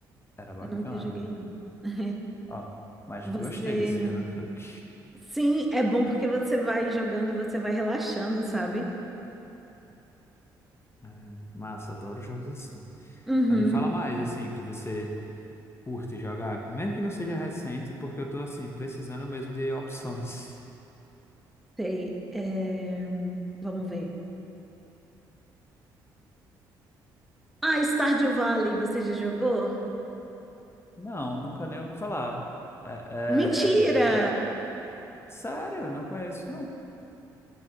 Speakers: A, on the left; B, in the centre.
A: era bacana.
B: nunca joguei, não. <laughs>
A: Ó, mas
B: Você.
A: gostei desse Euro Truck.
B: Sim, é bom porque você vai jogando e você vai relaxando, sabe?
A: É, massa, adoro jogos assim.
B: Uhum.
A: Mas me fala mais, assim, que você. Curte jogar, mesmo que não seja recente, porque eu tô assim, precisando mesmo de opções.
B: Sei. É, Vamos ver. Ah, Stardew Valley, você já jogou?
A: Não, nunca nem ouvi falar. É, é
B: Mentira!
A: RPG? Sério, eu não conheço, não.